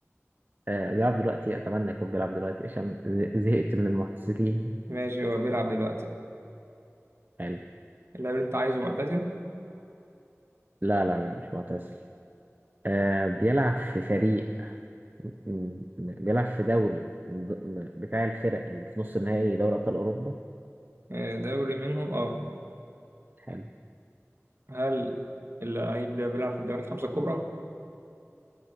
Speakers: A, on the right; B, on the right.
A: آه بيلعب دلوقتي اتمنى يكون بيلعب دلوقتي عشان زهقت من المعتزلين
B: ماشي هو بيلعب دلوقتي اه
A: يعني
B: اللاعب اللي انت عايزه معتزل
A: لا لا لا مش معتزل آه بيلعب في فريق م- بيلعب في دوري م- بتاع الفرق اللي في نص النهائي دوري ابطال اوروبا
B: آه، دوري منهم اه
A: حلو
B: هل اللعيب ده بيلعب في الدوري الخمسة الكبرى؟